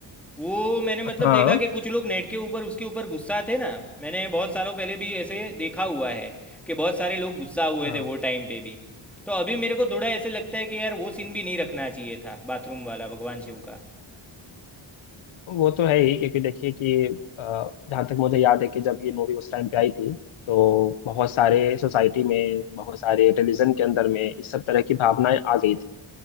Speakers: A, in the centre; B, on the left (about 75°).
A: वो मैंने मतलब
B: हाँ
A: देखा कि कुछ लोग नेट के ऊपर उसके ऊपर गुस्सा थे ना मैंने बहुत सालों पहले भी ऐसे देखा हुआ है कि बहुत सारे लोग गुस्सा हुए
B: हाँ
A: थे वो टाइम पे भी तो अभी मेरे को थोड़ा ऐसे लगता है कि यार वो सीन भी नहीं रखना चाहिए था बाथरूम वाला भगवान शिव का
B: वो तो है ही क्योंकि देखिए कि अ, जहाँ तक मुझे याद है कि जब ये मूवी उस टाइम पे आई थी तो बहुत सारे सोसाइटी में बहुत सारे रिलीजन के अंदर में इस सब तरह की भावनाएं आ गई थी